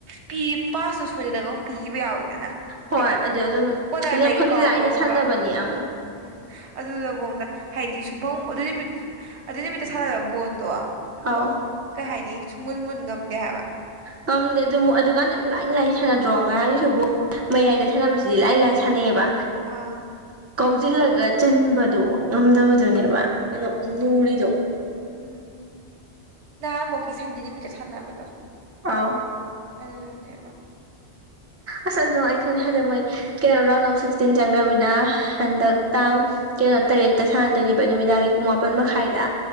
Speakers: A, on the right (about 80°); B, on the right (about 15°).
A: ꯄꯤ ꯄꯥꯁꯇꯨ ꯁꯣꯏꯗꯅꯒ ꯑꯃꯨꯛ ꯄꯤꯕ ꯌꯥꯎꯋꯗꯤ ꯅ
B: ꯍꯣꯏ
A: ꯍꯥꯏꯗꯤ
B: ꯑꯗꯨ ꯑꯗꯨꯝ
A: ꯀꯣꯅꯔꯗꯒꯤ
B: ꯂꯝ ꯈꯪꯗꯤ
A: ꯀꯥꯎꯔꯛꯄꯒꯨꯝꯕ
B: ꯂꯥꯏꯅ ꯁꯥꯟꯅꯕꯅꯦ ꯑꯪ
A: ꯎ ꯑꯗꯨꯗ ꯐꯣꯡꯗ ꯍꯥꯏꯗꯤ ꯁꯨꯡꯐꯝ ꯑꯗꯨ ꯅꯨꯃꯤꯠ ꯑꯗꯨ ꯅꯨꯃꯤꯠꯇ ꯁꯥꯟꯅꯔꯕ ꯕꯣꯟꯗꯣ ꯑꯗꯣ
B: ꯑꯧ
A: ꯀꯩ ꯍꯥꯏꯅꯤ ꯁꯨꯡ ꯃꯨꯟ ꯃꯨꯟ ꯉꯝꯗꯦ ꯍꯥꯏꯕ
B: ꯉꯝꯗꯦ ꯑꯗꯨꯛ ꯑꯗꯨꯀꯥꯟꯗ ꯌꯥꯝ ꯂꯥꯏꯅ ꯂꯥꯏꯅ ꯁꯥꯟꯅꯗ꯭ꯔꯣ ꯉꯔꯥꯡꯒꯤꯁꯨ
A: ꯎꯝ
B: ꯃꯌꯥꯏꯗ ꯁꯥꯟꯅꯕꯁꯤꯗꯤ ꯂꯥꯏꯅ ꯂꯥꯏꯅ ꯁꯥꯟꯅꯩꯑꯕ
A: ꯑꯥ
B: ꯀꯥꯎꯁꯤꯜꯂꯒ ꯆꯟꯕꯗꯣ ꯉꯝꯗꯕꯗꯨꯅꯦꯕ
A: ꯎꯝ
B: ꯑ ꯂꯨꯔꯤꯗꯣ
A: ꯎꯝ ꯂꯃꯨꯒꯤ ꯁꯟꯗꯤ ꯅꯨꯃꯤꯠꯇ ꯊꯥꯟꯕꯗꯣ
B: ꯑꯥꯎ
A: ꯑꯗꯨꯗ ꯑꯗꯨꯦꯕ
B: ꯑꯁꯗꯣ ꯑꯩꯈꯪꯅ ꯍꯟꯗ ꯃꯣꯏ ꯀꯩꯅꯣ ꯔꯥꯎꯟ ꯑꯣꯐ ꯁꯤꯛꯁꯇꯤꯟ ꯆꯪꯈ꯭ꯔꯃꯤꯅ ꯍꯟꯗꯛꯥꯡ ꯀꯩꯅꯣ ꯇꯔꯦꯠꯇ ꯁꯥꯟꯅꯗꯣꯏꯅꯦꯕ ꯅꯨꯃꯤꯗꯥꯡꯒꯤ ꯄꯨꯡ ꯃꯥꯄꯟ ꯃꯈꯥꯏꯗ